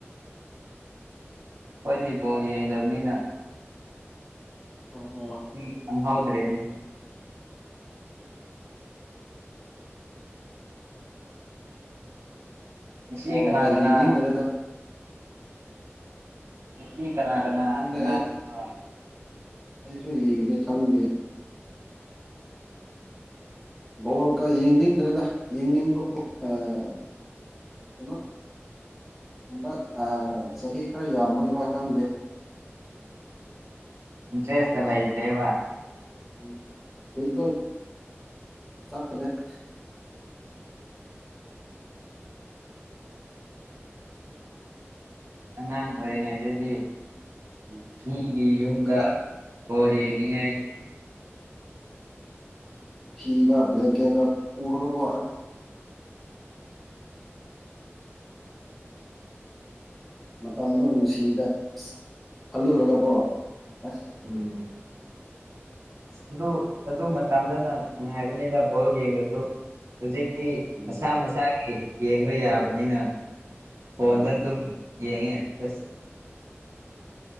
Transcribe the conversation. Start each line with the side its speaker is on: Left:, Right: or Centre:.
Right: ꯀꯣꯏꯗꯤ ꯐꯣꯜꯂꯤ ꯌꯦꯗꯅꯤꯅ
Centre: ꯑꯣ ꯑꯣ
Right: ꯎ ꯑ ꯍꯥꯎꯗ꯭ꯔꯦꯅꯦ ꯉꯁꯤ
Centre: ꯋꯥꯣ
Right: ꯀꯅꯥ
Centre: ꯀ
Right: ꯀꯅꯥ
Centre: ꯌꯦ ꯅꯗꯔꯦꯗ
Right: ꯉ ꯀꯅꯥ ꯀꯅꯥ
Centre: ꯈꯪꯗꯦ
Right: ꯁꯅꯥꯒꯕ
Centre: ꯑꯩ ꯑꯩꯁꯨ ꯌꯦꯡꯁꯦ ꯈꯪꯗꯦ ꯕꯣꯜꯒ ꯌꯦꯡꯅꯤꯡꯗ꯭ꯔꯦꯗ ꯌꯦꯡꯅꯤꯡꯕ ꯀꯩꯅꯣ ꯍꯟꯗꯛ ꯆꯍꯤ ꯈꯔ ꯌꯥꯝꯕꯒꯤꯔ ꯈꯪꯗꯦ
Right: <unintelligible> <inaudible> ꯏꯟꯦꯁꯂ꯭ꯔꯦ ꯋꯥ
Centre: ꯎꯝ ꯍꯖꯂꯣ ꯆꯠꯔꯦꯠ
Right: ꯑꯉꯥꯡ ꯑꯣꯏꯔꯤꯉꯩꯗꯗꯤ
Centre: ꯎꯝ
Right: ꯃꯤꯒꯤ
Centre: ꯅꯪ
Right: ꯌꯨꯝꯗ
Centre: ꯈꯔ
Right: ꯣꯜꯂꯤꯅꯤꯉ
Centre: ꯊ ꯭ꯂꯦꯟꯀꯦ ꯄꯔ ꯃꯇꯝꯗꯣ ꯅꯨꯡꯁꯤꯗ ꯑ ꯈꯜꯂꯨꯔꯒ ꯀꯣ ꯑꯁ
Right: ꯎꯝ ꯑ ꯑꯗꯨ ꯑꯗꯨ ꯃꯇꯝꯗꯅ ꯉꯥꯏꯕꯅꯦꯗ ꯥꯎ ꯌꯦꯡꯉꯁꯨ ꯍꯧꯖꯤꯛꯇꯤ
Centre: ꯎꯝ
Right: ꯃꯁꯥ ꯃꯁꯥꯒꯤ ꯌꯦꯡꯕ ꯌꯥꯕꯅꯤꯅ ꯐꯣꯟꯗ
Centre: ꯎꯝ
Right: ꯑꯗꯨꯝ ꯌꯦꯉꯦ ꯑꯁ